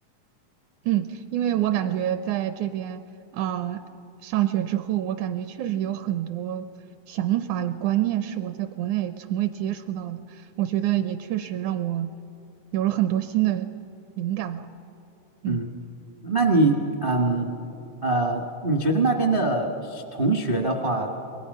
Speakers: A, on the right; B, on the right.
A: 嗯，因为我感觉在这边啊，呃上学之后，我感觉确实有很多想法与观念是我在国内从未接触到的，我觉得也确实让我有了很多新的灵感吧。嗯。
B: 嗯，那你，嗯，呃，你觉得那边的学同学的话，